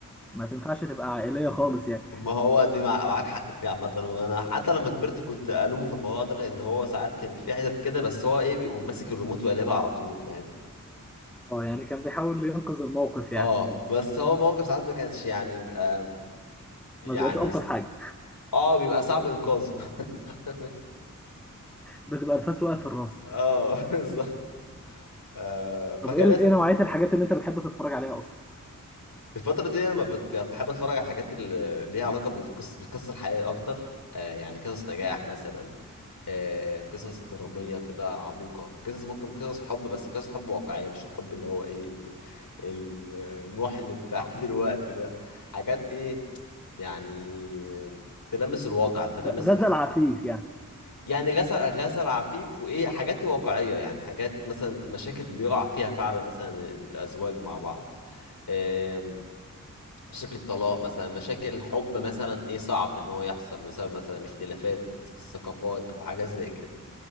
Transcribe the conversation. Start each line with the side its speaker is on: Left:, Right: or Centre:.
Centre: ما تنفعش تبقى عائليه خالص يعني
Left: ما هو دي مع- معاك حق فيه عامة وانا حتى لما كبرت كنت الومه في الموضوع ده لان هو ساعات كان في حتت كده بس هو ايه بيقوم ماسك الريموت وقلبها على طول فاهم
Centre: اه يعني كان بيحاول ينقذ الموقف يعني
Left: اه بس هو موقف ساعات ما كانش يعني بيبقى يعني
Centre: ما بيبقاش الطف
Left: س-
Centre: حاجه
Left: اه بيبقى صعب انقاذه <laughs>
Centre: بتبقى الفاس وقعت في الراس
Left: اه <laughs> بالظبط آه فخلاص
Centre: طب ايه ايه نوعيه الحاجات اللي انت بتحب تتفرج عليها اصلا
Left: الفترة دي لما بت- بحب اتفرج على الحاجات اللي ليها علاقة بالقصة بالقصة الحقيقية اكتر آه يعني قصص نجاح
Centre: مم.
Left: مثلا آه قصص درامية كده عميقة قصص ممكن قصص حب بس قصص حب واقعية مش الحب اللي هو ايه المحن بتاع <laughs> دلوقتي ده حاجات ايه يعني تلامس الواقع تلامس
Centre: غزل
Left: الحقيقة
Centre: عفيف يعني
Left: يعني غسل غسل عفيف وايه حاجات واقعيه يعني حاجات مثلا مشاكل بيقع فيها فعلا مثلا الازواج مع بعض آم، مشاكل الطلاق مثلا مشاكل الحب مثلا ايه صعب ان هو يحصل بسبب مثلا اختلافات في الثقافات او حاجات زي كده